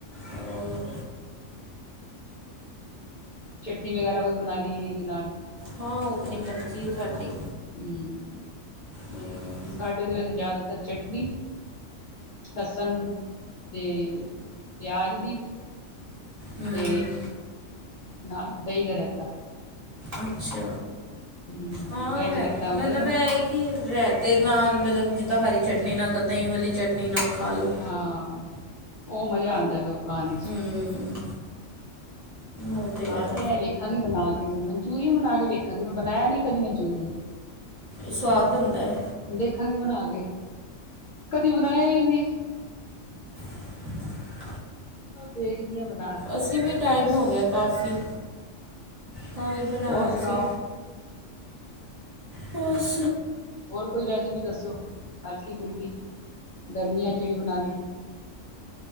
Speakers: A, on the right; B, on the left.
A: ਹੋਰ
B: ਚਟਨੀ ਵਗੈਰਾ ਕੋਈ ਬਣਾ ਲਈਏ, ਇਹਦੇ ਨਾਲ।
A: ਹਾਂ, ਉਹ ਆਪਣੀ ਮਰਜ਼ੀ ਹੈ ਤੁਹਾਡੀ।
B: ਹੂੰ,
A: ਹਮ,
B: ਸਾਡੇ ਤੇ ਵੈਸੇ ਜ਼ਿਆਦਾਤਰ ਚਟਨੀ ਲਸਣ ਤੇ ਪਿਆਜ ਦੀ।
A: ਹਮ
B: ਤੇ ਨਾਲ ਦਹੀਂ ਦਾ ਰਹਿਤਾ।
A: ਅੱਛਾ,
B: ਹਮ
A: ਹਾ
B: ਵੈਜ
A: ਰਾਯ
B: ਰਾਇਤਾ ਹੁੰਦਾ
A: ਮਤਲਬ
B: ਨਾ
A: ਏ ਕੇ ਰਾਇਤੇ ਨਾਲ ਮਤਲਬ ਜਿੱਦਾਂ ਹਰੀ ਚਟਨੀ ਨਾਲ, ਦਹੀਂ ਵਾਲੀ ਚਟਨੀ ਨਾਲ ਖਾ ਲਉ।
B: ਹਾਂ, ਉਹ ਮਜ਼ਾ ਆਉਂਦਾ ਫਿਰ ਖਾਣ ਇਚ।
A: ਹਮ ਉਹ
B: ਹਾਂ,
A: ਹੈ
B: ਤੇ ਇਹ ਵੇਖਾਂਗੀ ਬਣਾ ਕੇ ਮੈਂ ਮਨਚੂਰੀਅਨ ਬਣਾ ਕੇ ਵੇਖਾਂਗੀ ਮੈਂ ਬਣਾਇਆ ਨੀ ਕਦੀ ਮਨਚੂਰੀਅਨ।
A: ਸਵਾਦ ਬਣਦਾ ਹੈ।
B: ਦੇਖਾਗੀ ਬਣਾਂ ਕੇ, ਕਦੀਂ ਬਣਾਈਆਂ ਹੀ ਨਹੀਂ।
A: <inaudible>
B: ਹੋ ਦੇਖਦੀ ਹਾਂ ਬਣਾਂ।
A: ਅਸੀਂ ਵੀ ਟਾਇਮ ਹੋਗਿਆ ਕਾਫ਼ੀ ਤਾਂ ਹੀ ਬਣਾਇਆਂ
B: ਹੋਰ ਸੁਣਾਓ
A: ਸੀਂ। ਬਸ।
B: ਹੋਰ ਕੋਈ ਰੈਸਪੀ ਦੱਸੋਂ, ਹਲਕੀ ਫੁਲਕੀ ਗਰਮੀਆਂ ਜਿਹੜੀ ਬਣਾਂ ਲਈਏ।